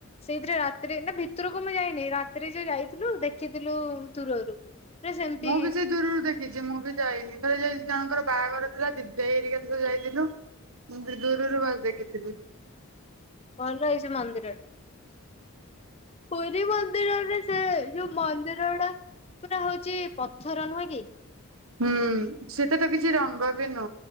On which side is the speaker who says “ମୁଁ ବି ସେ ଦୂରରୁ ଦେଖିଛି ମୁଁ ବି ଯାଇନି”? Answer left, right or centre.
Right